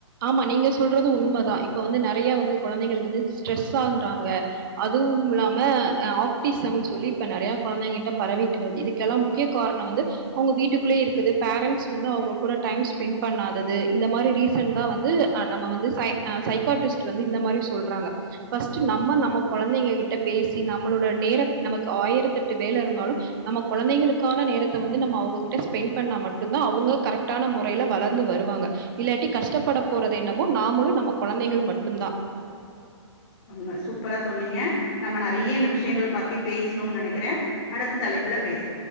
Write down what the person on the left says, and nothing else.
உண்மை சூப்பரா சொன்னீங்க நம்ம நெறைய இந்த விஷயங்கள் பத்தி பேசணும் நினக்கிறேன் அடுத்த தலைப்புல பேச